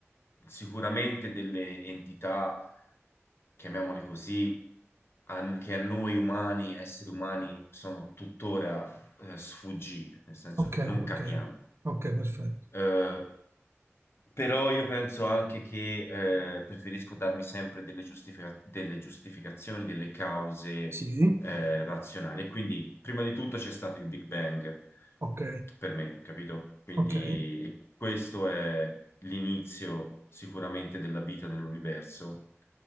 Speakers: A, on the left (about 55°); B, on the right (about 60°).
A: sicuramente delle entità, chiamiamole così, a- che a noi umani, esseri umani, sono tuttora eh, sfuggite, nel senso
B: ok,
A: che non
B: ok,
A: capiamo.
B: ok, perfetto.
A: Eh, però io penso anche che eh, preferisco darmi sempre delle, giustifica- delle giustificazioni, delle cause
B: Sì,
A: eh, razionali. E Quindi, prima di tutto c'è stato il Big Bang
B: ok,
A: per me, capito? Quindi
B: ok.
A: e questo è l'inizio sicuramente della vita nell'universo.